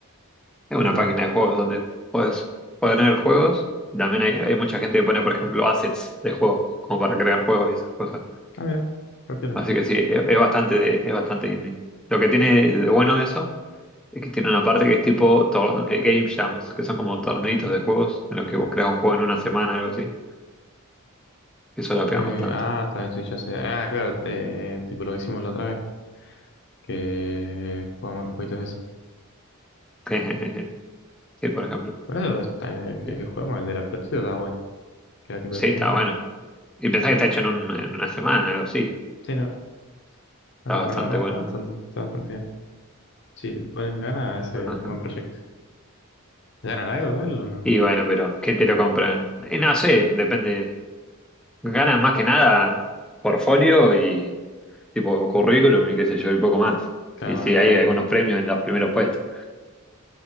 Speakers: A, in the centre; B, on the left.
A: Es
B: ¿Cómo
A: una página
B: es?
A: de juegos donde puedes poner juegos. También hay, hay mucha gente que pone, por ejemplo, assets de juegos, como para crear juegos y esas cosas.
B: Ah, mira, rápido
A: Así que sí, es, es bastante, es bastante indie. Lo que tiene de bueno eso Es que tiene una parte que es tipo tor- eh, Game Jams, que son como torneitos de juegos en los que vos creas un juego en una semana, algo así. Que eso la pegan
B: Eh,
A: bastante.
B: ah, está bien, sí, ya sé. Ah, claro, eh, tipo lo que hicimos la otra vez, que jugamos los jueguitos esos.
A: <laughs> Sí, por ejemplo.
B: Por eso está el,
A: Sí,
B: el que jugamos, el de la pelotita, estaba bueno, que era tipo
A: Sí,
B: de puzzle.
A: está bueno. Y pensás que
B: Sí,
A: está hecho en, un- en una semana, algo así.
B: sí, no.
A: Está
B: Ah,
A: bastante
B: la verdad
A: bueno.
B: está bastante, está bastante bien. Si le pones ganas, ese
A: Ajá.
B: es un buen proyecto. ¿Ganan algo igual o no?
A: Y bueno, pero ¿quién te lo compra? Y no sé, depende. Ganan más que nada portfolio y tipo currículum y qué sé yo, y poco más.
B: Claro,
A: Y
B: bueno,
A: sí,
B: es verdad.
A: hay algunos premios en los primeros puestos.